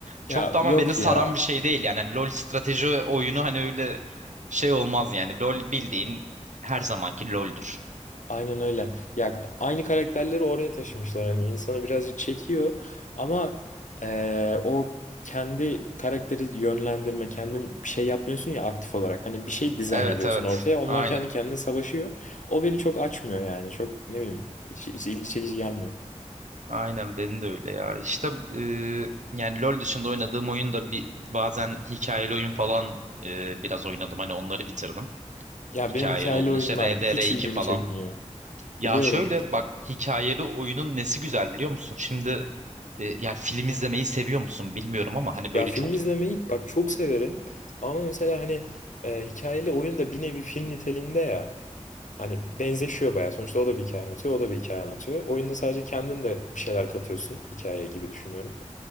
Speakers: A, on the left; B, on the right.
A: Ya
B: Çok da ama
A: yok
B: beni saran
A: ya.
B: bir şey değil. Yani LOL strateji oyunu hani öyle şey olmaz yani. LOL bildiğin her zamanki LOL'dür.
A: Aynen öyle. Ya aynı karakterleri oraya taşımışlar. Yani insanı birazcık çekiyor ama eee, o kendi karakteri yönlendirme, kendin bir şey yapmıyorsun ya aktif olarak. Hani bir şey dizayn
B: Evet
A: ediyorsun
B: evet.
A: ortaya. Onlar
B: Aynen.
A: kendi kendine savaşıyor. O beni çok açmıyor yani. Çok ne bileyim hiç, hiç ilgi çekici gelmiyor.
B: Aynen benim de öyle ya. İşte e, yani LoL dışında oynadığım oyun da bir bazen hikayeli oyun falan e, biraz oynadım. Hani onları bitirdim.
A: Ya
B: Hikayeli
A: benim hikayeli
B: olun.
A: oyunlar
B: İşte RDR2
A: hiç ilgimi
B: falan.
A: çekmiyor.
B: Ya
A: Biliyorum.
B: şöyle bak hikayeli oyunun nesi güzel biliyor musun? Şimdi e, ya film izlemeyi seviyor musun bilmiyorum ama hani böyle
A: Ya film
B: çok
A: izlemeyi bak çok severim ama mesela hani e, hikayeli oyun da bir nevi film niteliğinde ya. Hani benzeşiyor bayağı. Sonuçta o da bir hikaye anlatıyor, o da bir hikaye anlatıyor. Oyunda sadece kendin de bir şeyler katıyorsun hikayeye gibi düşünüyorum.